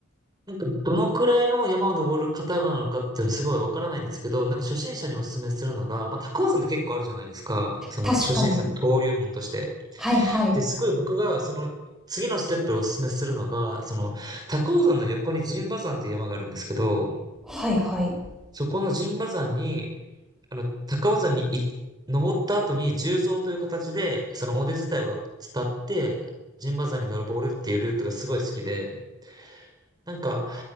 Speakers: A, on the right; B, in the centre.
A: なんか、どのくらいの山を登る方なのかっていうのすごいわからないんですけど、なんか初心者にお勧めするのが、まあ、高尾山って結構あるじゃないですか。その初心者の登竜門として。
B: 確かに。はいはい。
A: で、すごい僕が、その、次のステップをお勧めするのが、その、高尾山の横に陣馬山っていう山があるんですけど、
B: はいはい。
A: そこの陣馬山に、あの、高尾山にい登った後に縦走という形で、その尾根伝いを伝って、陣馬山に登るボールっていうルートがすごい好きで、なんか、